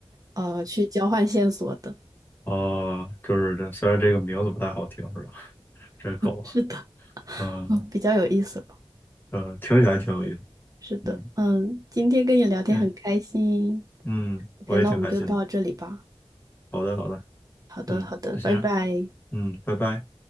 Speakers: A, on the right; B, on the left.
A: 呃去交换线索的。
B: 啊，就是这，虽然这个名字不太好听，是吧？<laughs> 这个狗，
A: 是的，<laughs>
B: 嗯
A: 比较有意思吧？
B: 呃，听起来挺有意思，
A: k 是的，
B: 嗯
A: 嗯，今天跟你聊天很开心。
B: 嗯嗯，
A: OK，
B: 我也挺开心的。
A: 那我们就到这里吧。
B: 好的好的，
A: 好的，
B: 嗯，
A: 好的，
B: 那行，
A: 拜拜。
B: 嗯，拜拜。